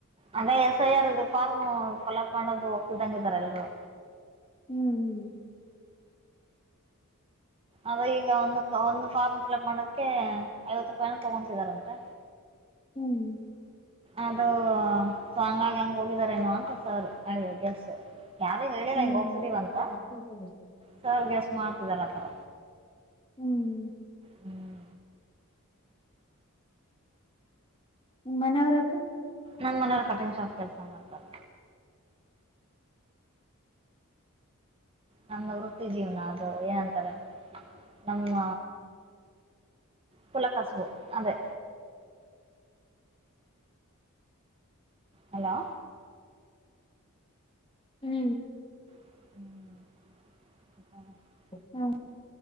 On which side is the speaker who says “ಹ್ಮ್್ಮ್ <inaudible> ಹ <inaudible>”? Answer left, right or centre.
Left